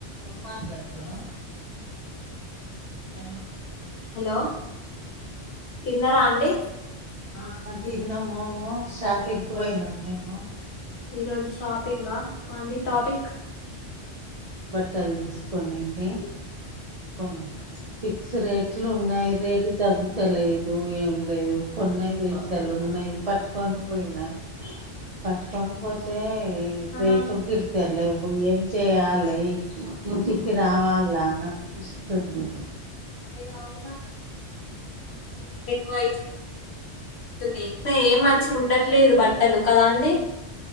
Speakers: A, on the right; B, on the left.
A: ఏం మాట్లాడుతున్నా
B: హలో hello hello hello తిన్నార అండి ఆ తిన్నాం
A: తిన్నాము
B: ఈరోజు షాపింగ్
A: కి
B: పోయినము
A: పోయినాము మేము
B: ఈరోజు షాపింగ్ ఆ అండి టాపిక్
A: ట్టలు తీసుకోనికి పోయిన ఫిక్స్ రేట్ ఇట్లు ఉన్నాయి రేటు తగ్గుతలేదు ఏం లేదు కొన్నై పేసాలు ఉన్నాయి పట్టుకొని పోయినా పట్టుకొని పో అయితే
B: ఆ
A: రేట్లు గిడితలేవ్ ఏం చేయాలి ఇంటికి రావాలా అని అనిపిస్తుంది
B: అయ్యో
A: అవున
B: కొయితె న్నా ఏం మంచిగ ఉండట్లేదు బట్టలు కదా అండి